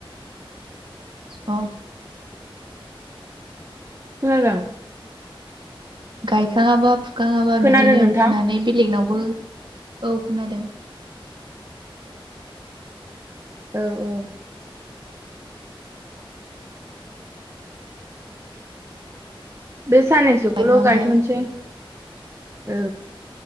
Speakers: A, on the right; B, on the right.
A: अ
B: खोनादों
A: गायखाङाबा फुखाङाबा
B: खोनादों
A: बिदिनो
B: नोंथां
A: फुनानै बेलेगनावबो औ खोनादों
B: औ औ बे साननैसोखौल'
A: गायखाङाबाबो
B: गायथ'नोसै औ